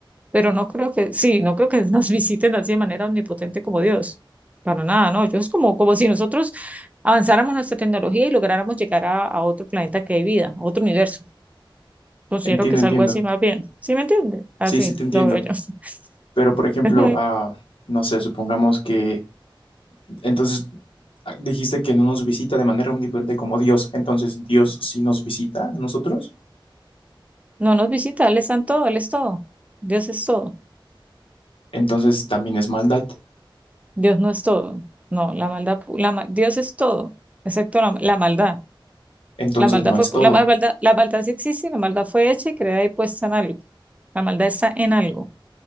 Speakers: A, on the right; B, on the left.
A: Pero no creo que, sí, no creo que <laughs> nos visiten así de manera omnipotente como Dios. Para nada, no. Yo es como, como si nosotros avanzáramos nuestra tecnología y lográramos llegar a, a otro planeta que hay vida, a otro universo. Considero
B: Entiendo,
A: que es
B: entiendo.
A: algo así más bien. ¿Sí me entiende? Así
B: Sí, sí te entiendo.
A: lo veo yo. <laughs>
B: Pero, por ejemplo,
A: Es muy-
B: ah, no sé, supongamos que Entonces, ah, dijiste que no nos visita de manera omnipotente como Dios, entonces Dios sí nos visita a nosotros,
A: no nos visita, Él es santo, Él es todo. Dios es todo.
B: entonces también es maldad,
A: Dios no es todo. No, la maldad, pu- la, ma- Dios es todo, excepto la, la maldad.
B: entonces
A: La maldad
B: no
A: fue,
B: es
A: pu-
B: todo.
A: la maldad, la maldad sí existe, la maldad fue hecha y creada y puesta en algo. La maldad está en algo